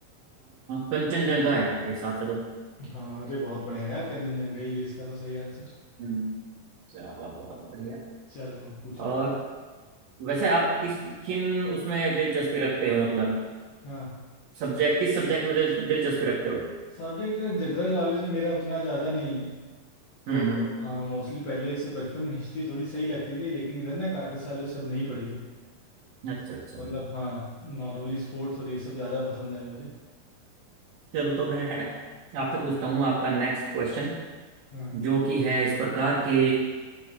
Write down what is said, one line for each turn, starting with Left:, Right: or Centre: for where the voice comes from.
Right: कंचनजंगा है मेरे हिसाब से तो
Left: हाँ अरे बहुत बढ़िया यार कंचनजंगा ही है इसका तो सही आंसर
Right: हम्म चलो बहुत बढ़िया
Left: चलो अब पूछो
Right: और वैसे आप किस किन उसमें दिलचस्पी रखते हो मतलब
Left: हाँ
Right: सब्जेक्ट किस सब्जेक्ट में दिल, दिलचस्पी रखते हो
Left: सब्जेक्ट तो जनरल नॉलेज में मेरा उतना ज़्यादा नहीं है तो
Right: हम्म हम्म
Left: हाँ मोस्टली पहले ऐसे बचपन में हिस्ट्री थोड़ी सही लगती थी लेकिन इधर ना काफ़ी सालों से अब नहीं पढ़ी है
Right: अच्छा
Left: तो
Right: अच्छा
Left: मतलब हाँ नॉर्मली स्पोर्ट्स और ये सब ज़्यादा पसंद है मुझे
Right: चलो तो मैं आपसे पूछता हूँ आपका नेक्स्ट क्वेश्चन
Left: हाँ
Right: जो कि है इस प्रकार के